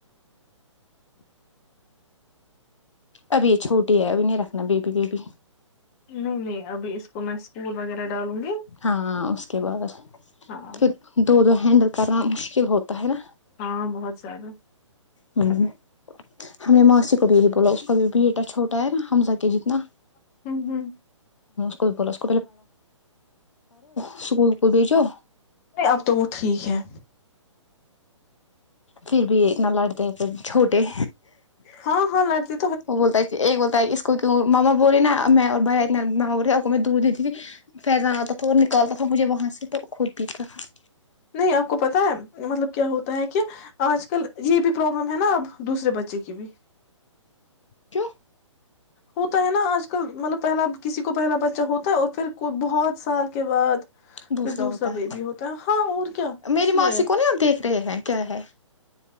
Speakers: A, on the left; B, on the left.
A: ابھی یہ چھوٹی ہے ابھی نہیں رکھنا بیبی بیبی
B: نہیں نہیں ابھی اس کو میں اسکول وغیرہ ڈالوں گی
A: ہاں اس کے بعد
B: ہاں
A: پھر دو دو ہینڈل کرنا مشکل ہوتا ہے نا
B: ہاں بہت زیادہ
A: ہم نے ماسی کو بھی یہی بولا اس کا بھی بیٹا چھوٹا حزہ کے جتنا
B: ہوں ہوں
A: کل ب اسکول کو بھیجو
B: نہیں اب تو وہ ٹھیک ہے
A: پھر بھی اتنا لڑتے ہیں پھر چھوٹے
B: ہاں ہاں لتی
A: وہ بولتا ہے یہ بولتا ہے اس کو کی ماما بول نا میں اور بھیا اتنا ماما رہے آپ کو میں دودھ دیتی تھی فیضان آتا تھا اور نکالتا تھا مجھے وہاں سے تو خود پیتا تھا
B: نہیں آپ کو پتا ہے مطلب کیا ہوتا ہے کہ آج کل یہ بھی پروابلم ہے نا اب دوسرے بچے کی بھی
A: کیوں
B: ہوتا ہے نا آج کل مطلب پہلا کسی کو پہلا بچہ ہوتا ہے اور پھر کو بہت سال کے بعد
A: دوسرا
B: پھر
A: ہوتا
B: بیبی
A: ہے
B: ہوتا ہاں اور کیا
A: میری
B: اس لیے
A: ماسی کو نہیں آپ دیکھ رہے ہیں کیا ہے